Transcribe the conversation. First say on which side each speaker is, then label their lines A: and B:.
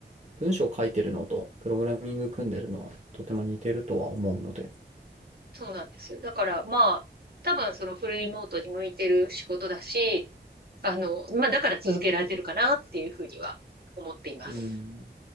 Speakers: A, on the right; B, on the right.
A: 文章を書いてるのとプログラミング組んでるのはとても似てるとは思うので。
B: そうなんですよ。だから、まあ、多分そのフルリモートに向いてる仕事だし、あの、まあ、だから続けられてるかなっていうふうには思っています。
A: うん。